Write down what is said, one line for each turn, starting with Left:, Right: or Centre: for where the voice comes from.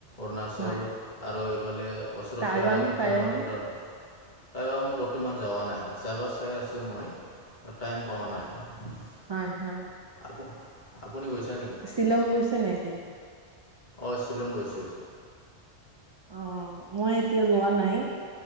Left: অৰুণাচল
Right: হয়
Left: আৰু এইফালে ওচৰতে
Right: টাইৱাং
Left: আৰু ভূটানৰ
Right: টাইৱাং
Left: বোৰ্ডৰ। টাৱাং বৰ্তমান যোৱা নাই, যাব চাই আছোঁ মই টাইম পোৱা নাই।
Right: হয় হয়।
Left: আপ-আপুনি গৈছে নেকি?
Right: শ্বিলং গৈছে নেকি?
Left: অ শ্বিলং গৈছোঁ।
Right: অ মই এতিয়া যোৱা নাই।